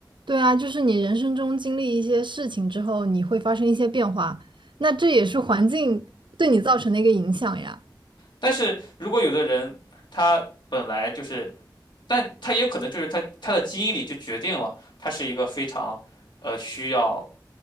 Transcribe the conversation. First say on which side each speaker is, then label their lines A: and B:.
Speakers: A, on the right (about 85°); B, on the left (about 70°).
A: 对啊，就是你人生中经历一些事情之后，你会发生一些变化，那这也是环境对你造成的一个影响呀。
B: 但是如果有的人他本来就是，但他也可能就是他他的基因里就决定了他是一个非常呃需要